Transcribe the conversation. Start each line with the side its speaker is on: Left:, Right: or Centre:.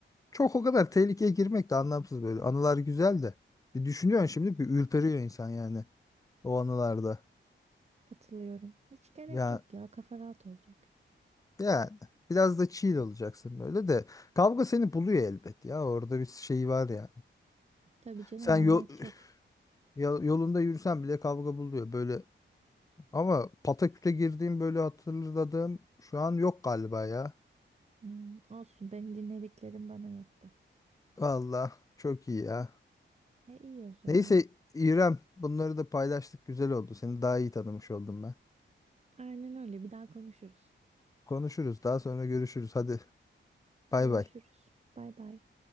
Left: çok o kadar tehlikeye girmek de anlamsız böyle. Anılar güzel de. Bir düşünüyorsun şimdi bir ürperiyor insan yani o anılarda.
Right: Katılıyorum. Hiç gerek
Left: Ya
Right: yok ya kafa rahat olacak.
Left: Yani biraz da chill olacaksın böyle de. Kavga seni buluyor elbet ya. Orada bir şey var yani.
Right: Tabii canım
Left: Sen
Right: manyak
Left: yol,
Right: çok.
Left: ya- yolunda yürüsen bile kavga buluyor böyle. Ama Pataküt'e girdiğim böyle hatırladığım şu an yok galiba ya.
Right: Hmm, olsun benim dinlediklerim bana yetti.
Left: Valla çok iyi ya.
Right: E iyi o zaman.
Left: Neyse İrem bunları da paylaştık güzel oldu. Seni daha iyi tanımış oldum ben.
Right: Aynen öyle bir daha konuşuruz.
Left: Konuşuruz daha sonra görüşürüz. Hadi bay
Right: Görüşürüz.
Left: bay.
Right: Bay bay.